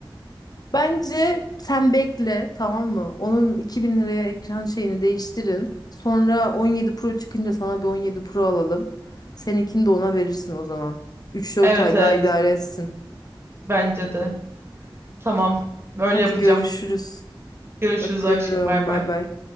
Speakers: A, on the left (about 50°); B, on the right (about 30°).
A: Bence sen bekle tamam mı? Onun 2000 liraya ekran şeyini değiştirin. Sonra 17 Pro çıkınca sana bir 17 Pro alalım. Seninkini de ona verirsin o zaman. Üç dört
B: Evet
A: ay
B: evet
A: daha idare etsin.
B: bence de. Tamam. Böyle
A: Hadi
B: yapacağım.
A: görüşürüz.
B: Görüşürüz
A: Öpüyorum.
B: aşkım. Bay bay.
A: Bay bay.